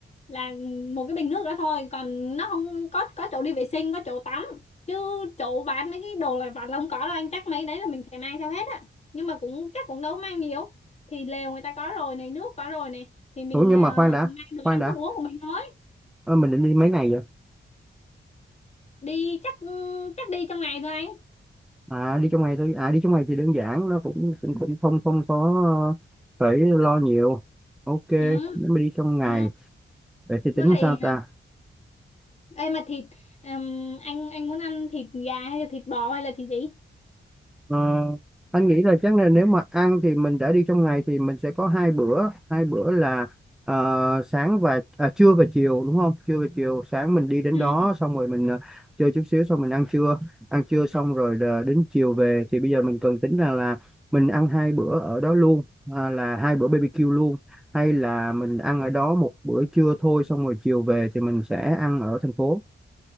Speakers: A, on the left (about 35°); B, in the centre.
A: là một cái bình nước đó thôi còn nó không có có chỗ đi vệ sinh có chỗ tắm chứ chỗ bán mấy cái đồ lặt vặt là không có đâu anh chắc mấy đấy là mình phải mang theo hết á nhưng mà cũng chắc cũng đâu mang nhiều thì lều người ta có rồi này nước có rồi này thì mình
B: ủa nhưng
A: à,
B: mà khoan đã
A: mang đồ
B: khoan
A: ăn
B: đã
A: thức uống của mình thôi
B: Ờ, mình định đi mấy ngày vậy
A: đi chắc chắc đi trong ngày thôi anh
B: à đi trong ngày thôi à đi trong ngày thì đơn giản nó cũng cũng, cũng không không có ờ, phải lo nhiều ok
A: ừ,
B: nếu mà đi trong ngày
A: ừ.
B: vậy thì
A: với
B: tính
A: lại
B: sao ta
A: ờ, Ê mà thịt ừm, anh anh muốn ăn thịt gà hay là thịt bò hay là thịt gì?
B: Ờ, anh nghĩ là chắc là nếu mà ăn thì mình đã đi trong ngày thì mình sẽ có hai bữa hai bữa là ờ, sáng và à, trưa và chiều đúng không trưa và chiều sáng mình đi đến
A: Ừ.
B: đó xong rồi mình ờ, chơi chút xíu xong mình ăn trưa ăn trưa xong rồi là đến chiều về thì bây giờ mình cần tính ra là mình ăn hai bữa ở đó luôn à, là hai bữa BBQ luôn hay là mình ăn ở đó một bữa trưa thôi xong rồi chiều về thì mình sẽ ăn ở thành phố